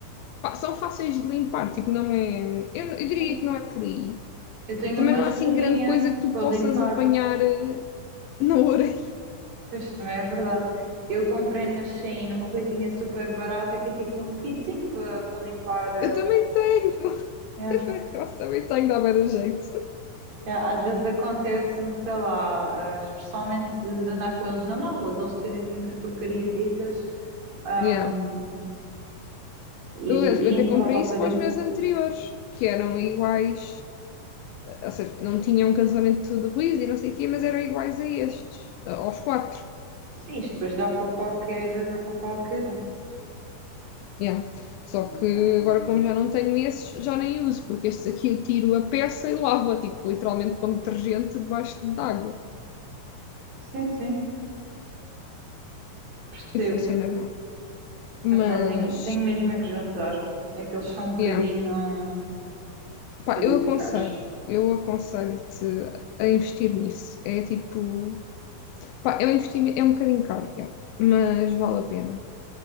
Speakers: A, on the left; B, on the right.
A: pá, são fáceis de limpar, tipo, não é. Eu, eu diria
B: Sim,
A: que não é por aí.
B: eu tenho
A: Também
B: uma
A: não
B: escovinha
A: há assim grande coisa que tu
B: para
A: possas
B: limpar,
A: apanhar eh, na orelha.
B: Pois também é verdade. Eu comprei na Shein uma coisinha super barata que é tipo um kitzinho para limpar. eh,
A: Eu também tenho! <laughs>
B: yeah.
A: Eu também tenho, dá bem da jeito.
B: Yeah, Às vezes acontece-me, sei lá, eh, especialmente de, de andar com eles na mala, de eles terem assim umas porcariasitas ahm,
A: Yeah.
B: e,
A: Eu, eu
B: e entrar
A: até comprei
B: lá para
A: isso
B: dentro.
A: para os meus anteriores, que eram iguais, ou seja, não tinham cancelamento de ruído e não sei o quê, mas eram iguais a estes, aos quatro.
B: Sim, isto depois dá para qualquer, dá para qualquer um.
A: Yeah. Só
B: Então,
A: que agora, como já não tenho esses, já nem uso, porque estes aqui eu tiro a peça e lavo-a, tipo, literalmente com detergente debaixo de água.
B: sim, sim, percebo.
A: E funciona bem.
B: Epá,
A: Mas,
B: tenho, tenho mesmo é que juntar. É que eles são um bocadinho,
A: yeah.
B: um bocadinho
A: Pá, eu aconselho,
B: caros.
A: eu aconselho-te a investir nisso. É tipo, pá, é um investimento, é um bocadinho caro, yeah, mas vale a pena.